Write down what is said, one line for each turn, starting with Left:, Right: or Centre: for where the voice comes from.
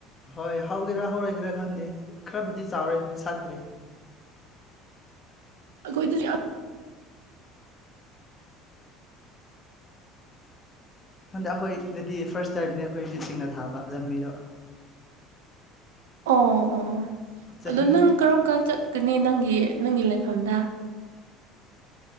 Left: ꯍꯣꯏ ꯍꯧꯒꯦꯔꯥ ꯍꯧꯔꯣꯏꯒꯦꯔꯥ ꯈꯪꯗꯦ ꯈꯔꯕꯨꯗꯤ ꯆꯥꯎꯔꯦ ꯁꯥꯠꯇ꯭꯭ꯔꯔꯤ
Right: ꯗ ꯌꯥ <unintelligible> <inaudible>
Left: ꯍꯟꯗꯛ ꯑꯩꯈꯣꯏꯗꯗꯤ ꯐꯥꯔꯁ ꯇꯥꯏꯝꯅꯦ ꯑꯩꯈꯣꯏ ꯍꯧꯖꯤ ꯁꯤꯡꯅ ꯊꯥꯕ ꯂꯝꯕꯤꯗꯣ
Right: ꯑꯣ ꯑꯣ
Left: ꯆꯍꯤ
Right: ꯑꯗꯣ ꯅꯪ ꯀꯔꯝ ꯀꯥꯟ ꯆꯠꯀꯅꯤ ꯅꯪꯒꯤ ꯅꯪꯒꯤ ꯂꯥꯏ ꯁꯝꯗ <unintelligible> <inaudible>